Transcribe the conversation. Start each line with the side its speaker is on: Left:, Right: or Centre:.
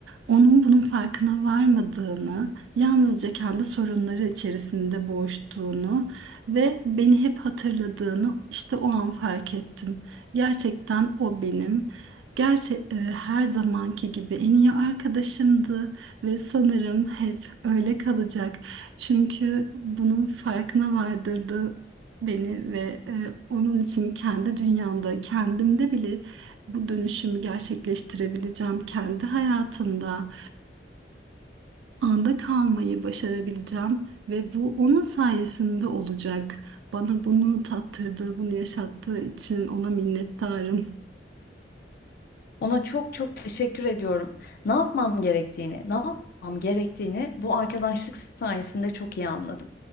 Right: Onun bunun farkına varmadığını, yalnızca kendi sorunları içerisinde boğuştuğunu ve beni hep hatırladığını işte o an fark ettim. Gerçekten o benim. Gerçi e, her zamanki gibi en iyi arkadaşımdı ve sanırım hep öyle kalacak. Çünkü bunun farkına vardırdı beni ve e, onun için kendi dünyamda, kendimde bile bu dönüşümü gerçekleştirebileceğim, kendi hayatımda anda kalmayı başarabileceğim ve bu onun sayesinde olacak. Bana bunu tattırdığı, bunu yaşattığı için ona minnettarım.
Left: Ona çok çok teşekkür ediyorum. Ne yapmam gerektiğini, ne yapmam gerektiğini bu arkadaşlık sayesinde çok iyi anladım.